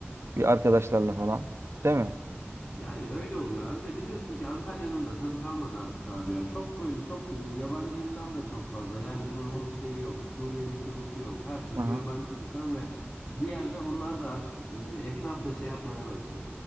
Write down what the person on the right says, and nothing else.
bir arkadaşlarla falan. Değil mi?
Hı hı.